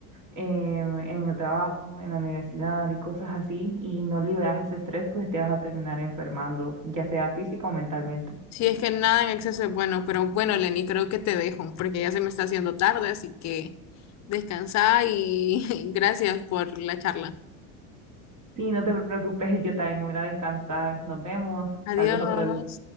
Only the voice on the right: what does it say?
em, en el trabajo, en la universidad y cosas así, y no liberas ese estrés, pues te vas a terminar enfermando, ya sea física o mentalmente.
Sí, no te preocupes, <laughs> yo también me voy a ir a descansar. Nos vemos,
tal vez otro día.